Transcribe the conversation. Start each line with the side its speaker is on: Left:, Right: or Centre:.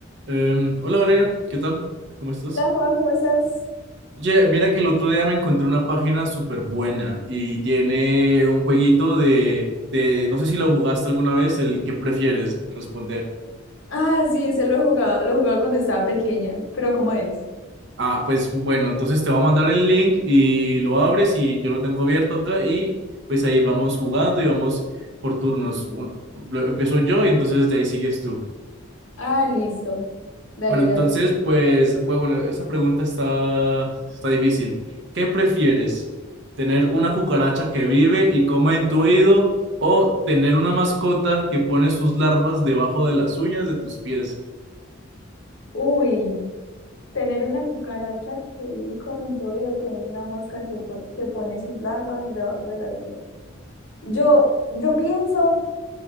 Right: Em, hola Valeria, ¿qué tal? ¿Cómo estás?
Left: Hola Juan, ¿cómo estás?
Right: Oye, mira que el otro día me encontré una página súper buena y tiene un jueguito de, de, no sé si lo jugaste alguna vez, el que prefieres responder.
Left: Ah, sí, ese lo he jugado, lo jugaba cuando estaba pequeña, pero ¿cómo es?
Right: Ah, pues bueno, entonces te voy a mandar el link y lo abres y yo lo tengo abierto acá y pues ahí vamos jugando y vamos por turnos. Bueno, lo- empiezo yo y entonces de ahí sigues tú.
Left: Ah, listo. Dale,
Right: Bueno, entonces,
Left: ya. re-
Right: pues, bu- bueno, esa pregunta está, está difícil. ¿Qué prefieres? ¿Tener una cucaracha que vive y come en tu oído o tener una mascota que pone sus larvas debajo de las uñas de tus pies?
Left: Uy, tener una cucaracha que come en tu oído, tener una mosca que, po- que pone sus larvas debajo de las uñas. Yo, yo pienso